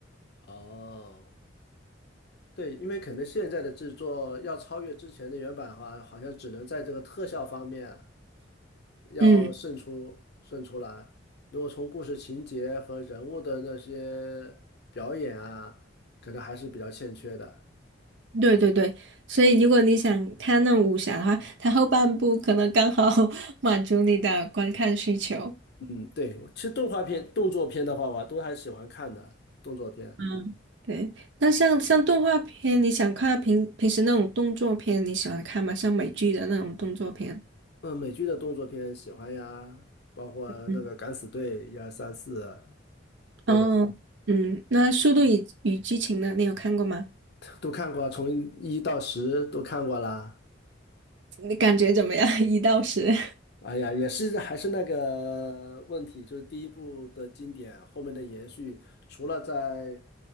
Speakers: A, on the left; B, on the right.
A: 哦，对，因为可能现在的制作要超越之前的原版的话，好像只能在这个特效方面。要胜出胜出来。
B: 嗯，
A: 如果从故事情节和人物的那些表演啊，可能还是比较欠缺的。
B: 对对对，所以如果你想看那种武侠的话，它后半部可能刚好 <laughs> 满足你的观看需求。
A: 嗯，对，其实动画片、动作片的话，我都还喜欢看的动作片。
B: 嗯，对，那像像动画片，你想看平平时那种动作片，你喜欢看吗？像美剧的那种动作片。
A: 嗯，美剧的动作片喜欢呀，包括那个《敢死队》一二三四，
B: 嗯，
A: 对吧？
B: 哦，嗯，那《速度与与激情》呢？你有看过吗？
A: 都看过啊，从一到十都看过啦。
B: 你感觉怎么样？<laughs> 一到十。
A: 哎呀，也是还是那个问题，就是第一部的经典，后面的延续，除了在